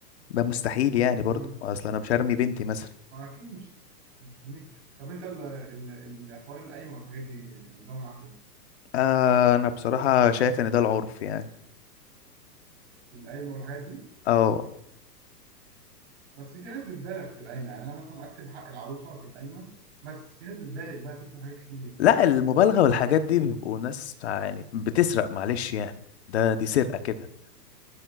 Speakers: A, on the left (about 40°); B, on the right (about 40°).
A: ده مستحيل يعني
B: امم
A: برضه اصل انا مش هرمي بنتي مثلا
B: ما اكيد مش مش تميل طب انت ال- ال- الحوار القايمه والحاجات دي نظامه معاك ايه
A: آه انا بصراحة شايف ان ده العرف يعني
B: القايمه والحاجات دي
A: اه
B: بس في ناس بتبالغ في القايمه يعني انا مثلا اكتب حق العروسه في القايمه بس في ناس بتبالغ بقى تكتب حاجات كتير
A: لا المبالغة والحاجات دي بيبقوا ناس يعني بتسرق معلش يعني ده دي سرقة كده